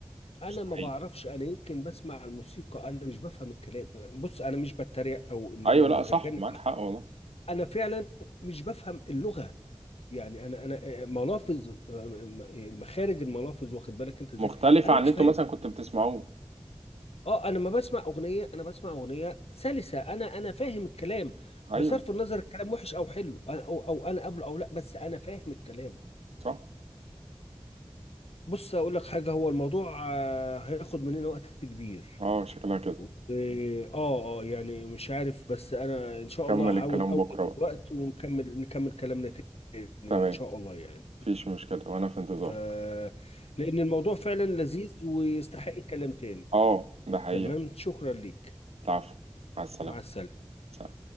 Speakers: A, on the left; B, on the right.
A: انا
B: مستحيل
A: ما بعرفش انا يمكن بسمع الموسيقى انا مش بفهم الكلام بص انا مش بتريق او ان
B: ايوه
A: انا متجنن
B: لا صح معاك حق والله
A: انا فعلا مش بفهم اللغه يعني انا انا ملافظ مخارج الملافظ واخد بالك انت ازاي
B: مختلفه
A: انا
B: عن
A: مش
B: اللي
A: فاهمها
B: انتوا مثلا كنتوا بتسمعوه
A: اه انا ما بسمع اغنيه انا بسمع اغنيه سلسه انا انا فاهم الكلام
B: ايوه
A: بصرف النظر الكلام وحش او حلو أنا- او او انا قبله او لا بس انا فاهم الكلام
B: صح
A: بص اقول لك حاجه هو الموضوع آه، هياخد مننا وقت كبير
B: اه شكلها كده
A: إيه، اه اه يعني مش عارف بس انا ان شاء
B: كمل
A: الله هحاول
B: الكلام
A: اوجد
B: بكره بقى
A: وقت ونكمل نكمل كلامنا تاني
B: تمام
A: ان شاء الله يعني
B: مفيش مشكله وانا في انتظار
A: ف لأن الموضوع فعلا لذيذ ويستحق كلام تاني
B: اه ده حقيقة
A: تمام شكرا ليك
B: العفو مع السلامة
A: مع السلامة
B: سلام.